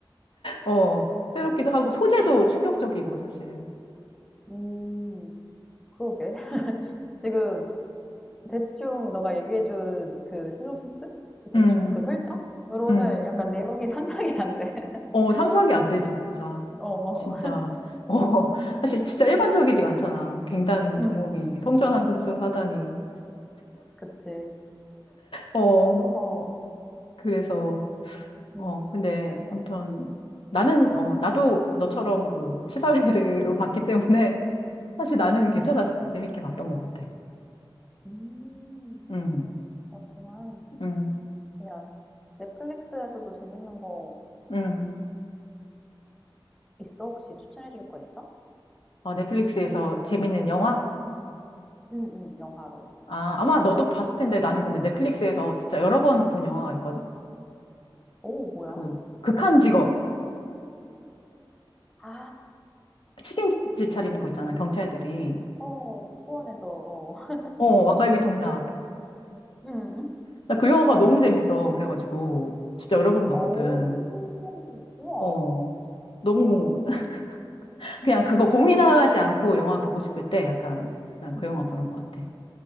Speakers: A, on the left (about 80°); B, in the centre.
A: 어, 새롭기도 하고, 소재도 충격적이고, 사실.
B: 음. 그러게. <laughs> 지금 대충 너가 얘기해 준 그 시놉시스? 그 대충
A: 음,
B: 그 설정으로는
A: 음,
B: 약간 내용이 <laughs> 상상이 안 돼. <laughs>
A: 어, 상상이 안 되지, 진짜.
B: 어어.
A: 진짜. 어, 사실 진짜 일반적이지가 않잖아. 갱단
B: 음
A: 두목이 성전환 수술 하다니.
B: 그치.
A: 어,
B: 허허
A: 그래서,
B: 음.
A: 어, 근데 아무튼 나는, 어, 나도 너처럼 그 시사회를 <laughs> 봤기 때문에 사실 나는
B: 음음.
A: 괜찮았어.
B: 음.
A: 재밌게 봤던 것 같아.
B: 음,
A: 음.
B: 그렇구만.
A: 음,
B: 그냥 넷플릭스에서도 재밌는 거
A: 음.
B: 있어? 혹시 추천해 줄 거 있어?
A: 어, 넷플릭스에서 재밌는 영화?
B: 응 응 영화로.
A: 아, 아마 너도 봤을 텐데 나는 근데 넷플릭스에서 진짜 여러 번 본 영화가 있거든?
B: 오 뭐야?
A: 그, 극한 직업.
B: 아.
A: 치킨집 차리는 거 있잖아, 경찰들이.
B: 어. 수원에서 어. <laughs>
A: 어, 왕갈비 통닭.
B: 응
A: 나 그 영화가 너무 재밌어. 그래가지고, 진짜 여러 번 봤거든.
B: 어. 우와.
A: 어, 너무,
B: 음.
A: <laughs> 그냥 그거 고민하지 않고 영화 보고 싶을 때 약간, 난 그
B: 음.
A: 영화 보는 것 같아.